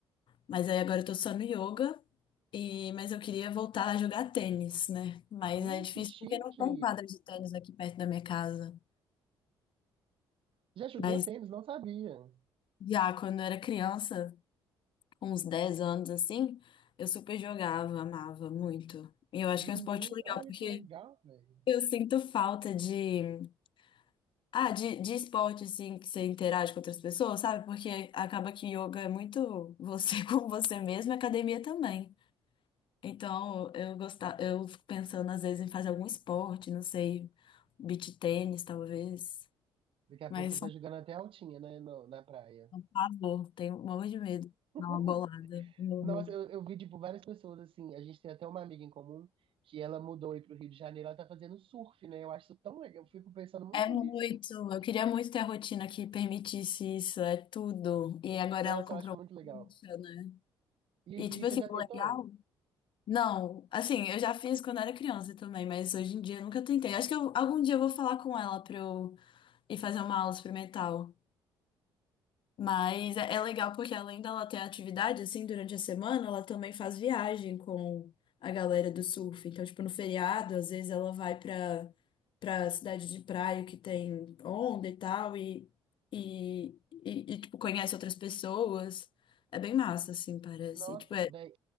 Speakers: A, on the left; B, on the right.
A: Mas aí agora eu tô só no yoga. E, mas eu queria voltar a jogar tênis, né? Mas
B: Hum,
A: é difícil
B: que chique!
A: porque não tem quadra de tênis aqui perto da minha casa.
B: Já jogou
A: Mas
B: tênis? Não sabia.
A: já quando eu era criança, com uns 10 anos assim, eu super jogava, amava muito. E eu acho
B: Menino,
A: que é um esporte legal
B: olha
A: porque
B: que legal, velho.
A: eu sinto falta de, ah, de, de esporte assim que você interage com outras pessoas, sabe? Porque acaba que yoga é muito você <laughs> com você mesmo, e academia também. Então, eu gostava, eu fico pensando às vezes em fazer algum esporte, não sei, beach tênis, talvez.
B: Daqui a
A: Mas,
B: pouco você
A: sou
B: tá jogando até altinha, né, no- na praia.
A: um pavor tenho um monte de medo de
B: <laughs>
A: dar uma bolada. Uhum.
B: Nossa, eu, eu vi, tipo, várias pessoas, assim, a gente tem até uma amiga em comum que ela mudou aí pro Rio de Janeiro, ela tá fazendo surf, né? Eu acho isso tão legal, eu fico pensando muito
A: É muito.
B: nisso.
A: Eu queria muito ter a rotina que permitisse isso, é tudo. E agora
B: Nossa,
A: ela comprou
B: eu acho muito legal.
A: uma prancha, né?
B: E,
A: E, tipo
B: e você
A: assim,
B: já tentou?
A: o legal. Não, assim, eu já fiz quando era criança também, mas hoje em dia eu nunca tentei. Acho que eu- algum dia eu vou falar com ela pra eu ir fazer uma aula experimental. Mas é é legal porque além dela ter atividade, assim, durante a semana, ela também faz viagem com a galera do surf. Então, tipo, no feriado, às vezes ela vai pra, pra cidade de praia que tem onda e tal, e, e, e, e, tipo, conhece outras pessoas. É bem massa, assim, parece.
B: Nossa,
A: Tipo, é,
B: velho,